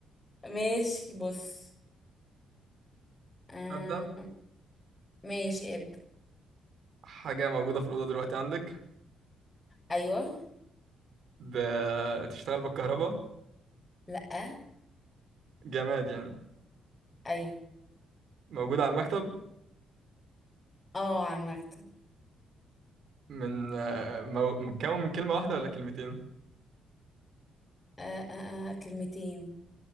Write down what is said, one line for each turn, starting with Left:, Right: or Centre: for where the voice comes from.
Left: ماشي بص آه
Right: ابدا
Left: ماشي ابدأ
Right: حاجه موجوده في الاوضه دلوقتي عندك
Left: ايوه
Right: بتشتغل بالكهرباء
Left: لا
Right: جماد يعني
Left: ايوه
Right: موجوده على المكتب
Left: اه على المكتب
Right: من آه، مو- متكون من كلمة واحدة ولا كلمتين؟
Left: آه آه آه كلمتين